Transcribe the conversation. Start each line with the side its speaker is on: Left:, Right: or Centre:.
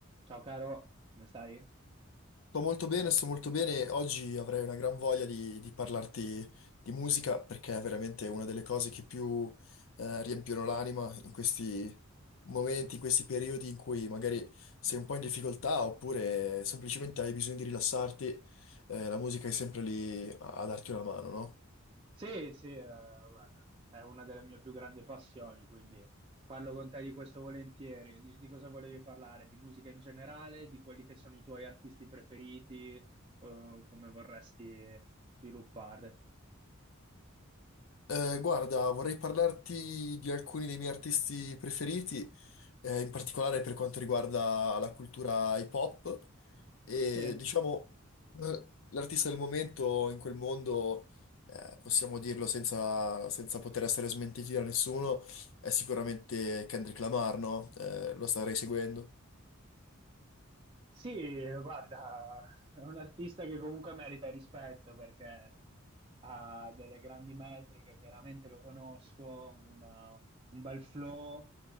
Right: Ciao caro, come stai?
Left: Sto molto bene, sto molto bene. Oggi avrei una gran voglia di, di parlarti di musica perché è veramente una delle cose che più eh, riempiono l'anima in questi momenti, in questi periodi in cui magari sei un po' in difficoltà oppure semplicemente hai bisogno di rilassarti. eh, la musica è sempre lì a, a darti una mano, no?
Right: Sì, sì, eh, guarda, è una delle mie più grandi passioni, quindi parlo con te di questo volentieri. Di, di cosa volevi parlare? Di musica in generale, di quelli che sono i tuoi artisti preferiti, eh, come vorresti sviluppare?
Left: Eh, guarda, vorrei parlarti di alcuni dei miei artisti preferiti, eh, in particolare per quanto riguarda la cultura hip hop. E
Right: Sì.
Left: diciamo, l'artista del momento in quel mondo, eh, possiamo dirlo senza, senza poter essere smentiti da nessuno, è sicuramente Kendrick Lamar, no? Eh, lo starei seguendo.
Right: Sì, guarda, è un artista che comunque merita rispetto perché ha delle grandi metriche, chiaramente lo conosco, un, un bel flow,